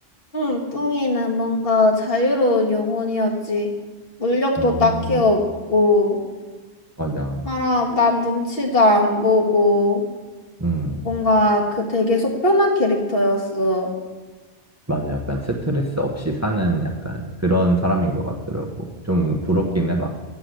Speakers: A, on the left (about 55°); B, on the right (about 15°).
A: 응, 뚱이는 뭔가 자유로운 영혼이었지. 물력도
B: 음,
A: 딱히 없고,
B: 맞아.
A: 알아 남 눈치도 안 보고.
B: 음,
A: 뭔가 그 되게 속편한 캐릭터였어.
B: 맞아. 약간 스트레스 없이 사는 약간 그런 사람인 것 같더라고. 좀 부럽긴 해다.